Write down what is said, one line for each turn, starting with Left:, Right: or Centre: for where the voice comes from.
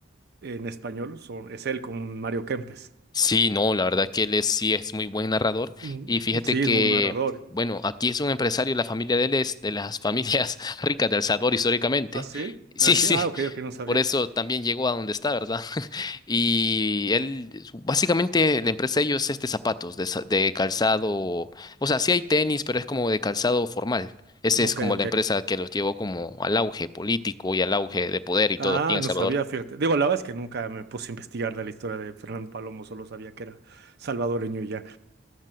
Right: en español. Son, es él con Mario Kempes.
Left: Sí, no, la verdad que él es, sí es muy buen narrador.
Right: Mm,
Left: Y fíjate
Right: Sí,
Left: que,
Right: es un narrador.
Left: bueno, aquí es un empresario, la familia de él es de las familias <laughs> ricas de El Salvador históricamente.
Right: ¿Ah, sí?
Left: Sí,
Right: Ah, sí.
Left: sí,
Right: Ah, ok, ok, no sabía.
Left: por eso también llegó a donde está, ¿verdad? <laughs> Y él, su- básicamente, la empresa de ellos es de zapatos, de, za- de calzado. O sea, sí hay tenis, pero es como de calzado formal. Esa es
Right: Ok,
Left: como
Right: ok.
Left: la empresa que los llevó como al auge político y al auge de poder y todo
Right: Ah,
Left: aquí en El
Right: no
Left: Salvador.
Right: sabía, fíjate. Digo, la verdad es que nunca me puse a investigar de la historia de Fernando Palomo, solo sabía que era salvadoreño y ya.